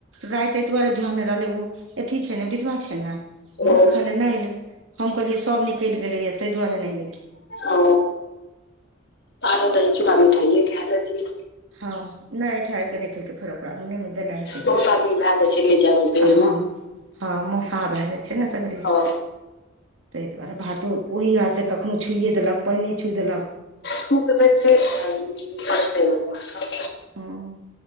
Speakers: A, on the right; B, on the left.
A: रायत ऐह दुआरे ध्यान नेै रहलेै ओ अथी छेै ने विधवा छेै ने मौस
B: ओ
A: खाय ले। नेै एलै हम कहलिये सब निकल गेलै या तैय दुआरे नै एलेै।
B: ओ आरो दही, चूड़ा, मिठाइए ये खाय लेथिन।
A: हँ नेै एहठाआइब कऽ नेै खेलके फेर ओकरा देने हेतै
B: बहुत
A: के
B: आदमी भए जाइ छै ले जायमे भीड़
A: हँ।
B: मे
A: हँ मौसाह भए जाइ छै ने सगरे।
B: हँ
A: तैय दुआरे भातो ओहि हाथ से कखनौ छुइए देलक पैने छुइ देलक।
B: छु दै छै परसै बला सब।
A: हँ